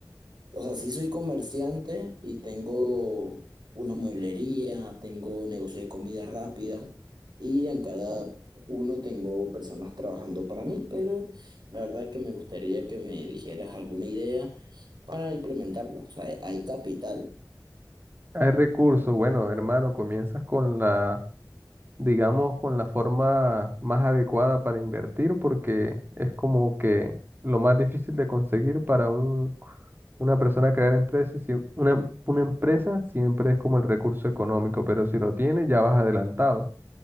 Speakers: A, on the right; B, on the right.
A: O sea, sí soy comerciante y tengo una mueblería, tengo negocio de comida rápida y en cada uno tengo personas trabajando para mí, pero la verdad es que me gustaría que me dijeras alguna idea para implementarla. O sea, hay capital.
B: Hay recursos. Bueno, hermano, comienzas con la digamos, con la forma más adecuada para invertir, porque es como que lo más difícil de conseguir para un, una persona crear empresas una, em- una empresa siempre es como el recurso económico, pero si lo tienes ya vas adelantado.